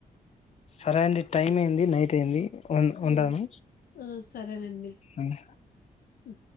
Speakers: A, on the left; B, on the left.
A: సరే అండి టైం ఏంది నైట్ ఏంది ఉన్
B: ఆ
A: ఉంటాను
B: ఆ సరేనండి
A: ఉమ్
B: మ్..